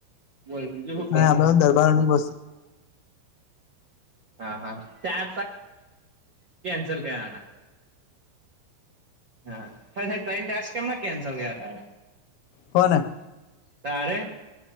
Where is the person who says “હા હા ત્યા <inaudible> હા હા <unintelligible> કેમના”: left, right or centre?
Right